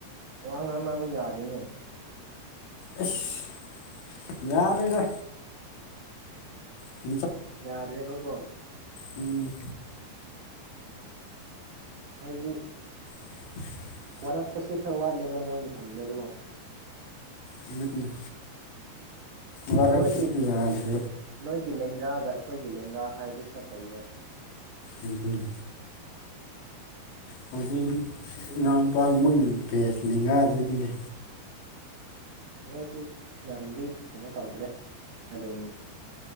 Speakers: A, on the right (about 60°); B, on the left (about 75°).
A: ꯋꯥ ꯉꯥꯡꯅꯕ ꯌꯥꯗꯦꯅꯦ
B: ꯑꯦꯁ ꯌꯥꯔꯣꯏꯗ <unintelligible>
A: ꯌꯥꯗ꯭ꯔꯦꯕꯀꯣ
B: ꯎꯝ
A: ꯍꯥꯏꯕꯗꯤ
B: <inaudible>
A: ꯋꯥꯔꯛꯄꯁꯦ ꯈꯔ ꯋꯥꯠꯂꯦꯕ ꯃꯣꯏ ꯃꯇꯝꯗ ꯑꯗꯨꯕꯣ
B: ꯑꯗꯨꯅꯤꯗ ꯋꯥꯔꯛꯄꯗꯤ
A: ꯅꯣꯏꯒꯤ
B: ꯌꯥꯗ꯭ꯔꯦ
A: ꯅꯣꯏꯒꯤ ꯂꯦꯡꯒꯥꯒ ꯑꯩꯈꯣꯏꯒꯤ ꯂꯦꯡꯒꯥ ꯍꯥꯏꯔꯗꯤ ꯈꯔ ꯐꯩꯕ
B: ꯎꯝꯍꯨꯝ ꯍꯧꯖꯤꯛ ꯏꯅꯥꯎꯅꯨꯄꯥ ꯃꯣꯏ ꯚꯦꯁ ꯂꯦꯡꯒꯥꯗꯨꯗꯤꯅꯦ
A: ꯃꯣꯏꯁꯨ ꯌꯥꯝꯅꯗꯤ ꯀꯩꯅꯣ ꯇꯧꯗ꯭ꯔꯦ ꯑꯗꯨꯝ